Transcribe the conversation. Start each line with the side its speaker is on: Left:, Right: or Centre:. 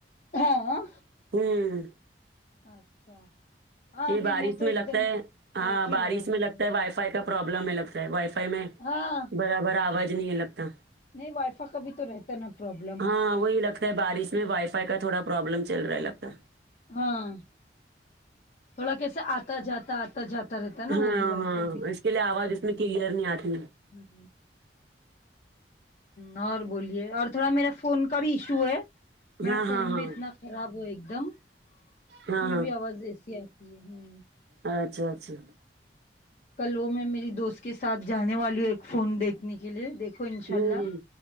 Left: ہاں
Right: ہمم
Left: اچھا ہاں
Right: یہ
Left: ابھی
Right: بارش
Left: تو
Right: میں
Left: ایک
Right: لگتا
Left: دم
Right: ہے ہاں
Left: بیٹھی
Right: بارش
Left: ہوں آرام
Right: میں
Left: سے
Right: لگتا ہے وائی فائی کا پرابلم میں لگتا ہے وائی فائی میں
Left: ہاں
Right: برابر آواج نہیں ہے لگتا
Left: نہیں وائی فائی کا بھی تو رہتا ہے نا پرابلم
Right: ہاں وہ لک بارش میں وائی فائی کا تھوڑا پروابلم چل رہا لگتا
Left: ہاں تھوڑا کیسا آتا جاتا آ تا جاتا رہتا ہے نا
Right: ہاں
Left: وہ بھی وائی
Right: ہاں
Left: فائی بھی
Right: اس کے لیے آواز اس میں کلیئر نہیں آتی
Left: ہوں ہ اور بولیے اور تھوڑا میرا فون کا بھی ایشو ہے میرا
Right: ہاں ہاں
Left: فون
Right: ہاں
Left: بھی اتنا خراب ہوا ایک دم اس
Right: ہاں
Left: میں بھی آواز ایسی آئے یہ ہم
Right: اچھا اچھا
Left: کل وہ میں میری دوست کے ساتھ جانے والی ہوں ایک فون دیکھنے کے لیے دیکھو انشاء
Right: ہوں
Left: اللہ
Right: ہوں